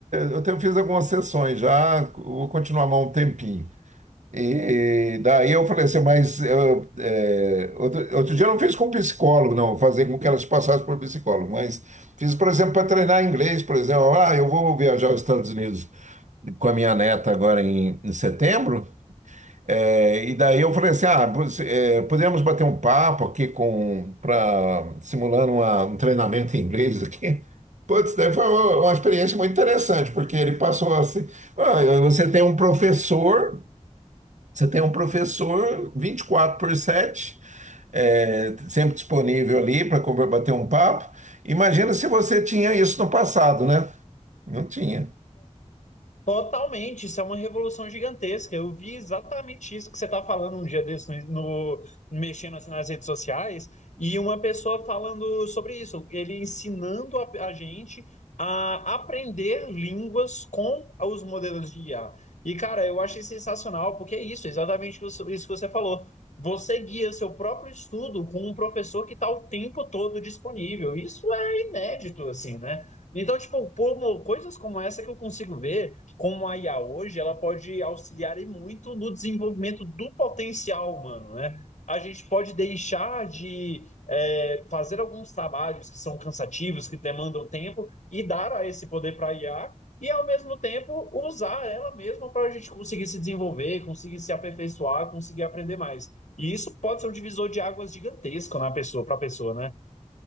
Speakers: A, on the right; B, on the left.
A: Eu tenho, fiz algumas sessões já, vou continuar mais um tempinho. E daí eu falei assim, mas eu, é, outro, outro dia eu não fiz com psicólogo, não, fazer com que elas passassem por psicólogo, mas fiz, por exemplo, para treinar inglês, por exemplo, ah, eu vou viajar aos Estados Unidos com a minha neta agora em, em setembro. É, e daí eu falei assim, ah, você- é, poderíamos bater um papo aqui com para simulando uma- um treinamento em inglês aqui. Putz, daí foi uma, uma experiência muito interessante, porque ele passou assim, "Ah, você tem um professor, você tem um professor 24 por 7 é, sempre disponível ali para bater um papo. Imagina se você tinha isso no passado, né? Não tinha.
B: Totalmente, isso é uma revolução gigantesca. Eu vi exatamente isso que você está falando um dia desse, no, no- mexendo assim nas redes sociais, e uma pessoa falando sobre isso, ele ensinando a, a gente a aprender línguas com os modelos de IA. E, cara, eu achei sensacional, porque é isso, exatamente isso isso que você falou. Você guia seu próprio estudo com um professor que está o tempo todo disponível. Isso é inédito, assim, né? Então, tipo, pô, mo- coisas como essa que eu consigo ver como a IA hoje, ela pode auxiliar muito no desenvolvimento do potencial humano, né? A gente pode deixar de é, fazer alguns trabalhos que são cansativos, que demandam tempo, e dar a esse poder para a IA, e ao mesmo tempo usar ela mesma para a gente conseguir se desenvolver, conseguir se aperfeiçoar, conseguir aprender mais. E isso pode ser um divisor de águas gigantesco na pessoa, para a pessoa, né?